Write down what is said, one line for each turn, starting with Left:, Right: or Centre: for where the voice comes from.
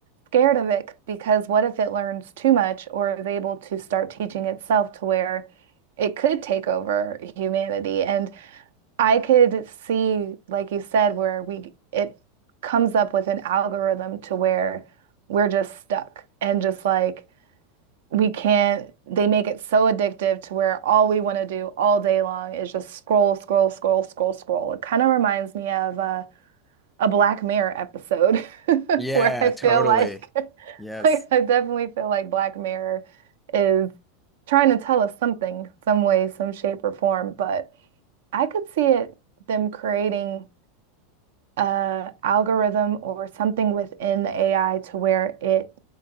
Right: scared of it because what if it learns too much or is able to start teaching itself to where it could take over humanity?" And I could see, like you said, where we it comes up with an algorithm to where we're just stuck and just like we can't, they make it so addictive to where all we want to do all day long is just scroll, scroll, scroll, scroll, scroll. It kind of reminds me of uh, a Black Mirror episode <laughs>
Centre: Yeah,
Right: where I feel
Centre: totally.
Right: like, <laughs>
Centre: Yes.
Right: like I definitely feel like Black Mirror is trying to tell us something, some way, some shape or form, but. I could see it them creating a algorithm or something within the AI to where it